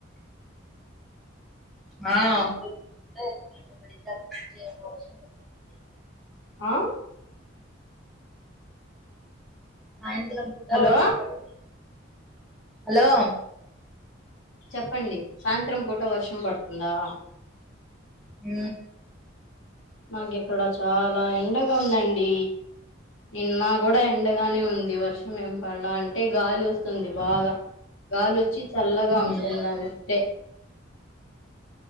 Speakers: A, in the centre; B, on the left (about 75°).
A: <inaudible>
B: ఆ
A: సాయంత్రం పూట
B: హలో
A: వర్షం పడుద్ది హలో
B: చెప్పండి సాయంత్రం పూట వర్షం పడుతుందా
A: ఊ
B: మాకి ఇక్కడ చాలా ఎండగా ఉందండి నిన్న కూడా ఎండగానే ఉంది వర్షం ఏం పడలా అంటే గాలి వస్తుంది బాగా గాలి వచ్చి చల్లగా
A: ఉమ్.
B: ఉంటుందంటే